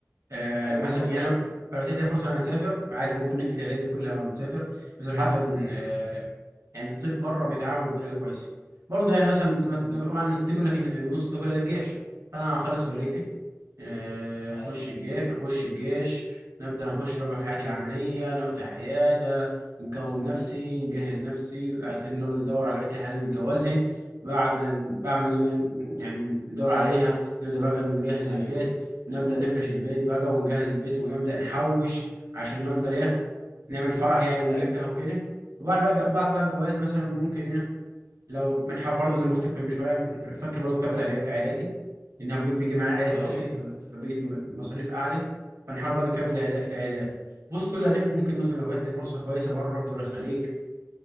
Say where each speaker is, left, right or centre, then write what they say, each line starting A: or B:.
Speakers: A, on the right; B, on the left.
A: آه
B: أيوه
A: مثلا
B: حلوة خالص
A: يعني أنا لو اتيحت لي فرصة إن أنا نسافر عادي ممكن نقفل العيادات دي كلها ونسافر بس حتى إن آه يعني الطب بره بيتعامل بطريقة كويسة برضه يعني مثلا طبعا الناس تقول لك إن في نص التكلفة ده الجيش أنا هخلص كليتي آه،
B: أيوه
A: خش الجيش خش الجيش نبدأ نخش بقى في حياتي العملية نفتح عيادة نكون نفسي نجهز نفسي بعد كده نبدأ ندور على بنت الحلال اللي نتجوزها بعد ما بعد ما ن- يعني ندور عليها نبدأ بقى نجهز
B: أيوه
A: البيت
B: أيوه
A: نبدأ نفرش البيت بقى ونجهز البيت ونبدأ نحوش عشان نقدر ايه نعمل فرح يعني ونجيب
B: أيوه,
A: ده وكده وبعد بقى بعد بقى الجواز مثلا ممكن ايه لو منح برضه زي ما قلت لك من شويه أنا فاكر برضه مكبر عائلاتي عائلاتي، لانها بي- بيجي معايا عائله
B: أيوه.
A: دلوقتي فب- فبقيت م- مصاريف اعلى فنحاول بقى نكبر عائلا- لعائلاتي بص كلها ليه ممكن مثلا لو جات لي فرصه كويسه بره في دول الخليج